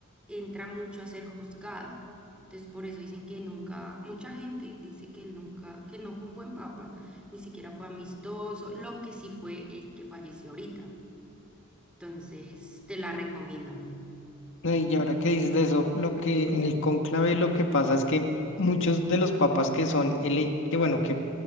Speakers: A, in the centre; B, on the left (about 60°).
A: entra mucho a ser juzgado. Entonces por eso dicen que nunca, mucha gente dice que él nunca, que no fue un buen papa, ni siquiera fue amistoso, lo que sí fue el que falleció ahorita. Entonces te la recomiendo.
B: No, y ahora que dices de eso, lo que en el cónclave lo que pasa es que muchos de los papas que son, ele- que bueno, que,